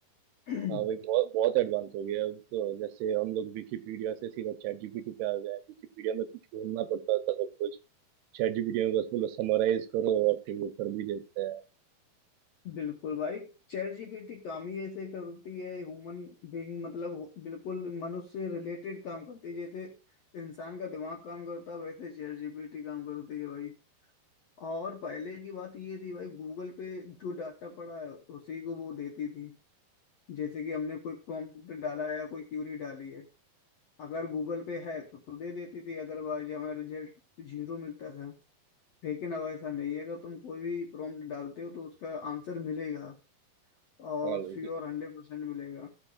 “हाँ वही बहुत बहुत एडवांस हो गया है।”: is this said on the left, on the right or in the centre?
Right